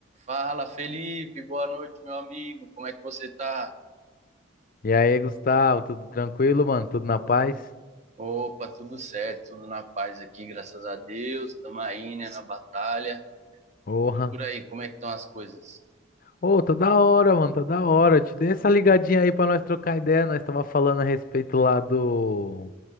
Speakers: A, on the right (about 35°); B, on the left (about 45°).
A: Fala, Felipe, boa noite, meu amigo. Como é que você tá?
B: E aí, Gustavo, tudo tranquilo, mano? Tudo na paz?
A: Opa, tudo certo, tudo na paz aqui, graças a Deus. Tamo aí, né, na batalha.
B: Porra.
A: E por aí, como é que estão as coisas?
B: Ô, tá da hora, mano, tá da hora. Te dei essa ligadinha aí pra nós trocar ideia. Nós tava falando a respeito lá do